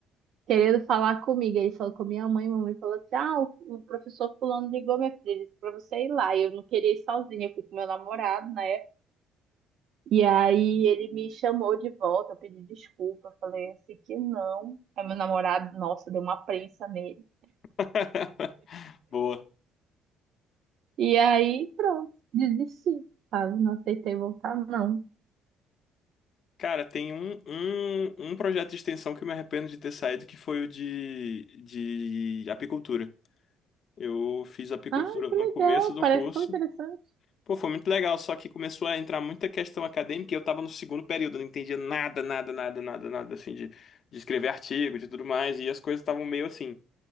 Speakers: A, on the right (about 55°); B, on the left (about 40°).
A: querendo falar comigo. Aí Ele falou com minha mãe, mamãe falou assim: ah, o o professor fulano ligou, minha filha, disse pra você ir lá. E eu não queria ir sozinha, eu fui com meu namorado, né? E aí ele me chamou de volta, eu pedi desculpa, eu falei assim que não. Aí meu namorado, nossa, deu uma prensa nele.
B: <laughs> Boa.
A: E aí, pronto, desisti, sabe? Não aceitei voltar, não.
B: Cara, tem um, um, um projeto de extensão que eu me arrependo de ter saído, que foi o de, de apicultura. Eu fiz apicultura
A: Ah, que
B: no
A: legal,
B: começo do
A: parece
B: curso.
A: tão interessante.
B: Pô, foi muito legal, só que começou a entrar muita questão acadêmica e eu tava no segundo período, eu não entendia nada, nada, nada, nada, nada, assim, de, de escrever artigo, de tudo mais, e as coisas estavam meio assim.